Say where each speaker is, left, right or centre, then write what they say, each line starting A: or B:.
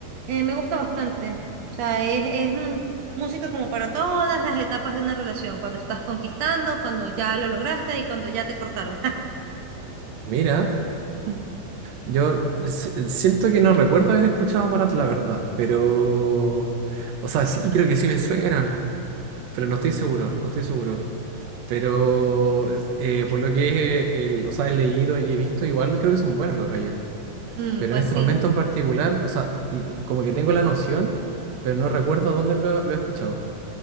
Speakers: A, on the right (about 60°); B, on the right (about 80°).
A: eh, me gusta bastante. O sea, es, es, mm, música como para todas las etapas de una relación, cuando estás conquistando, cuando ya lo lograste y cuando ya te cortaron.
B: Mira,
A: <laughs>
B: yo s- siento que no recuerdo haber escuchado a Morat, la verdad, pero... O sea, sí, creo que sí me suenan, pero no estoy seguro, no estoy seguro. Pero es- eh, por lo que eh, el- los he leído y he visto, igual creo que son buenos los gallos.
A: Mm,
B: Pero
A: pues
B: en este
A: sí.
B: momento en particular, o sea, l- como que tengo la noción, pero no recuerdo dónde lo, lo he escuchado.